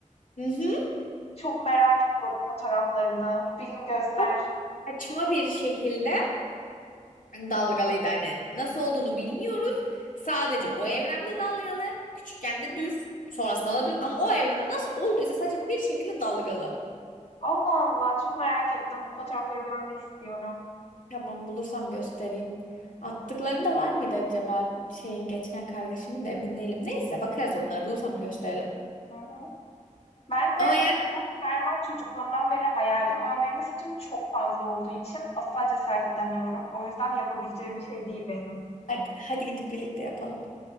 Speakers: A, on the left (about 85°); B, on the left (about 50°).
A: Hı hı.
B: Çok merak ediyorum fotoğraflarını. Bir gün göster.
A: Çok saçma bir şekilde Dalgalıydı hani nasıl olduğunu bilmiyoruz. Sadece o evrende dalgalı, küçükken de düz, sonrasında da düz ama o evrede nasıl olduysa sadece bir şekilde dalgalı.
B: Allah Allah çok merak ettim. Bu fotoğrafları görmek istiyorum.
A: Tamam bulursam göstereyim. Attıkları da var mıydı acaba şeyin geçen kardeşimin de emin değilim. Neyse bakarız onlara bulursam gösteririm.
B: Hı hı. Ben de
A: Ama yani
B: permak çocukluğumdan beri hayalim ama benim de saçım çok fazla olduğu için asla cesaret edemiyorum. O yüzden yapabileceğim bir şey değil benim.
A: hadi, hadi gidip birlikte yapalım.